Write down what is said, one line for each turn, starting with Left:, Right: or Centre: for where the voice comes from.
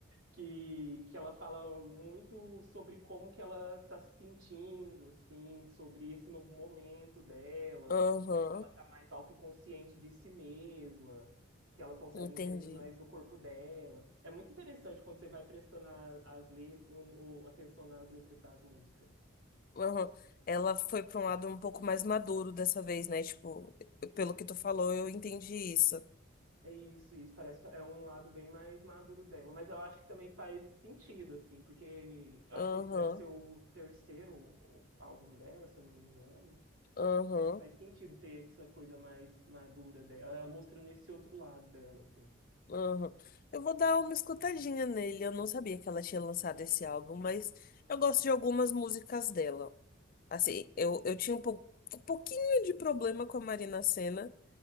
Right: que, que ela fala muito sobre como que ela tá se sentindo, assim, sobre esse novo momento dela,
Left: aham,
Right: que ela tá mais autoconsciente de si mesma, que ela consegue
Left: entendi.
Right: entender mais o corpo dela. É muito interessante quando você vai prestando a- as let- o- o- atenção nas letras das músicas.
Left: Aham. Ela foi pra um lado um pouco mais maduro dessa vez, né? Tipo, pelo que tu falou, eu entendi isso.
Right: É isso, isso. Parece que é um lado bem mais maduro dela, mas eu acho que também faz sentido, assim, porque eu acho
Left: Aham,
Right: que esse deve ser o terceiro álbum dela, se eu não me engano.
Left: aham,
Right: Acho que faz sentido ter essa coisa mais madura dela, ela mostrando esse outro lado dela, assim.
Left: aham. Eu vou dar uma escutadinha nele. Eu não sabia que ela tinha lançado esse álbum, mas eu gosto de algumas músicas dela. Assim, eu, eu tinha um, pou- um pouquinho de problema com a Marina Sena,